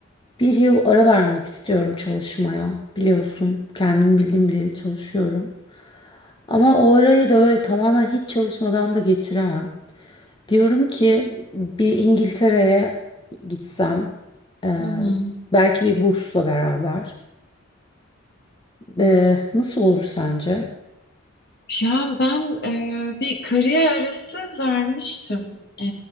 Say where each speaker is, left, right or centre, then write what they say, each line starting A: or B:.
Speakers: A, on the left; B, on the left.
A: Bir yıl ara vermek istiyorum çalışmaya. Biliyorsun, kendim bildim bileli çalışıyorum. Ama o arayı da böyle tamamen hiç çalışmadan da geçiremem. Diyorum ki bir İngiltere'ye gitsem e,
B: Hı hı.
A: belki bir bursla beraber E, nasıl olur sence?
B: Ya ben e, bir kariyer arası vermiştim e,